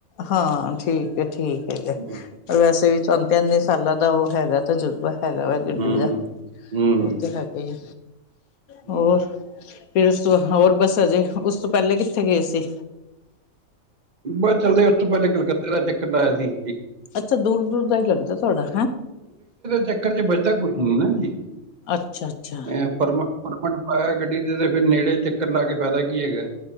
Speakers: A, on the left; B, on the right.
A: ਹਾਂ ਠੀਕ ਹੈ ਠੀਕ ਹੈਗਾ
B: ਹੂੰ
A: ਵੈਸੇ ਵੀ ਤੁਹਾਨੂੰ ਸਾਲਾਂ ਦਾ ਉਹ ਹੈਗਾ ਤਜੁਰਬਾ, ਹੈਗਾ ਵਾ ਗੱਡੀ
B: ਹੂੰ
A: ਦਾ
B: ਹੂੰ
A: ਉਹ ਤੇ ਹੈਗਾ ਹੀ,
B: ਹੂੰ।
A: ਹੋਰ ਫਿਰ ਉਸ ਤੋਂ ਹੋਰ ਬਸ ਅਜੇ, ਉਸ ਤੋਂ ਪਹਿਲੇ ਕਿੱਥੇ ਗਏ ਸੀ
B: ਬਸ ਚੱਲਦੇ ਉਸ ਤੋਂ ਪਹਿਲੇ ਕਲਕੱਤੇ ਦਾ ਚੱਕਰ ਲਾਇਆ ਸੀ।
A: ਅੱਛਾ ਦੂਰ-ਦੂਰ ਦਾ ਹੀ ਲੱਗਦਾ ਤੁਹਾਡਾ
B: ਚੱਕਰ ਚ ਬਜਦਾ ਕੁਛ ਨੀ ਨਾ
A: ਅੱਛਾ ਅੱਛਾ
B: ਪ ਆ ਗੱਡੀ ਦੇ ਤੇ ਫਿਰ ਨੇੜੇ ਚੱਕਰ ਲਾ ਕੇ ਫਾਇਦਾ ਕੀ ਹੈਗਾ